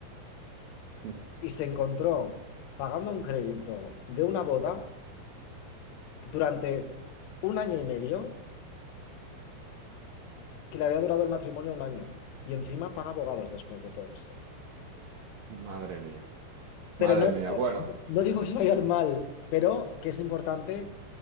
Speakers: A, on the right; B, on the left.
A: <laughs>
B: y se encontró pagando un crédito de una boda durante un año y medio, que le había durado el matrimonio un año. Y encima paga abogados después de todo esto.
A: Madre mía.
B: Pero
A: Madre
B: no,
A: mía.
B: no,
A: Bueno,
B: no digo que se vaya a ir mal, pero que es importante